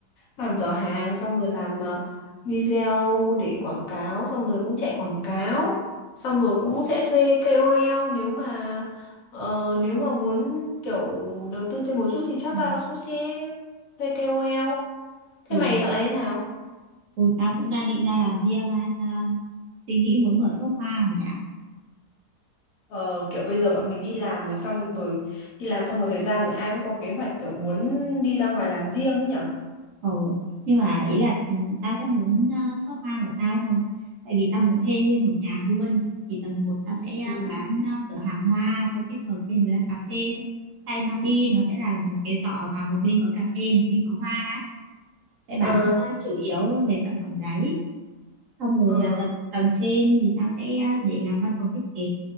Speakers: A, on the left; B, on the right.
A: làm giỏ hàng xong rồi làm ờ, video để quảng cáo, xong rồi cũng chạy quảng cáo, xong rồi cũng sẽ thuê KOL nếu mà ờ, nếu mà muốn kiểu đầu tư thêm một chút thì chắc
B: Ờ.
A: tao cũng sẽ thuê KOL. Thế
B: Ừ.
A: mày dạo này thế nào?
B: ừ, tao cũng đang định ra làm riêng á, tao đang suy nghĩ muốn mở shop hoa mẹ
A: Ờ, kiểu bây giờ bọn mình đi làm rồi xong rồi đi làm xong một thời gian rồi ai cũng có kế hoạch kiểu muốn đi ra ngoài làm riêng ấy nhở
B: Ừ. Nhưng mà ý là ừ, tao sẽ muốn ờ, sofa của tao xong tại vì tao muốn thuê nguyên một nhà luôn thì tầng một tao sẽ ờ,
A: Ừ.
B: bán ờ, cửa hàng hoa xong kết hợp thêm với cà phê sẽ tay mang đi nó sẽ là một cái giỏ mà một bên có cà phê một bên có hoa ấy. Sẽ bán
A: Ờ,
B: ờ, chủ yếu về sản phẩm đấy xong rồi
A: ờ,
B: ờ, tầng tầng trên thì tao sẽ ờ, để làm văn phòng thiết kế